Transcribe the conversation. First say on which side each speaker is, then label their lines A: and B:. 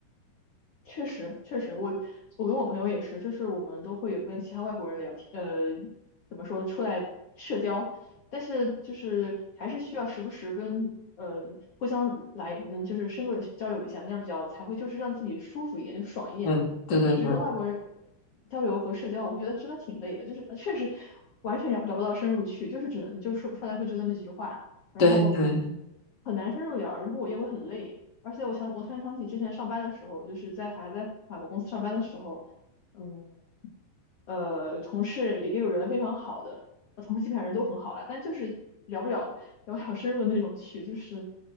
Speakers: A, on the left; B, on the left.
A: 确实，确实，我我跟我朋友也是，就是我们都会有跟其他外国人聊天，呃，怎么说，出来社交，但是就是还是需要时不时跟呃互相来，嗯，就是深度的交流一下，那样比较才会就是让自己舒服一点，就爽一点。
B: 嗯，对对对
A: 要说一直跟外国人交流和社交，我会觉得真的挺累的，就是呃确实完全聊聊不到深入去，就是只能就是说说来说去就那么几句话，然后
B: 对对，
A: 很难深入聊，然后我也会很累。而且我想，我突然想起之前上班的时候，就是在法在法国公司上班的时候，嗯，呃，同事也有人非常好的，呃同事基本上人都很好了，但就是聊不了聊不了深入的那种去，就是